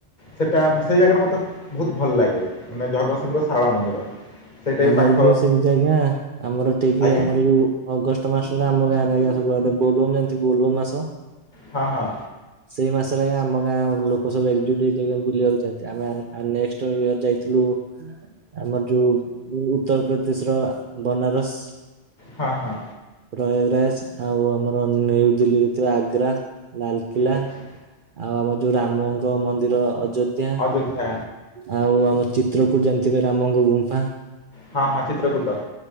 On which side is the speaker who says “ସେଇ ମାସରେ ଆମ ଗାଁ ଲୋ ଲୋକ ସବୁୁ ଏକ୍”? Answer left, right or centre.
Right